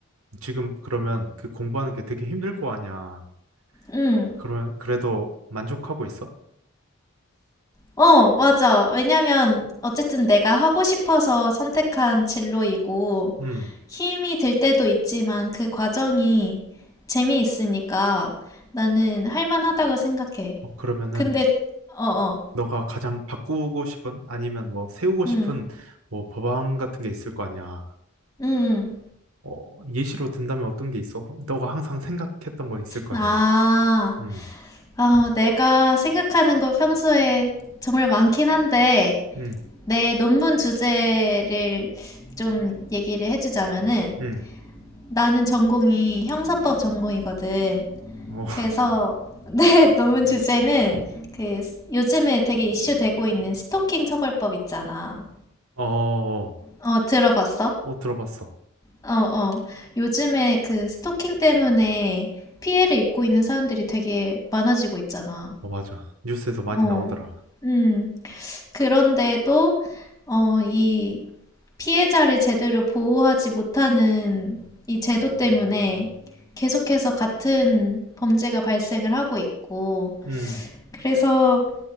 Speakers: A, on the right; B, on the left.
A: 지금 그러면 그 공부하는 게 되게 힘들 거 아니야.
B: 음.
A: 그러면 그래도 만족하고 있어?
B: 어, 맞아. 왜냐면 어쨌든 내가 하고 싶어서 선택한 진로이고
A: 음.
B: 힘이 들 때도 있지만 그 과정이 재미있으니까 나는 할 만하다고 생각해.
A: 어, 그러면은
B: 근데, 어, 어.
A: 너가 가장 바꾸고 싶은 아니면 뭐 세우고 싶은
B: 음,
A: 뭐 법안 같은 게 있을 거 아니야.
B: 음. 음.
A: 어, 예시로 든다면 어떤 게 있어? 너가 항상 생각했던 거 있을 거
B: 아,
A: 아니야. 음.
B: 어, 내가 생각하는 거 평소에 정말 많긴 한데,
A: 음.
B: 내 논문 주제를 좀 얘기를 해주자면은,
A: 음.
B: 나는 전공이 형사법 전공이거든.
A: 어.
B: 그래서
A: <laughs>
B: <laughs> 내 논문 주제는 그 요즘에 되게 이슈되고 있는 스토킹 처벌법 있잖아.
A: 어. 어,
B: 어, 들어봤어?
A: 어, 들어봤어.
B: 어, 어. 요즘에 그 스토킹 때문에 피해를 입고 있는 사람들이 되게 많아지고 있잖아.
A: 어, 맞아. 뉴스에서 많이
B: 어,
A: 나오더라.
B: 음. 그런데도, 어, 이 피해자를 제대로 보호하지 못하는 이 제도 때문에 계속해서 같은 범죄가 발생을 하고 있고,
A: 음.
B: 그래서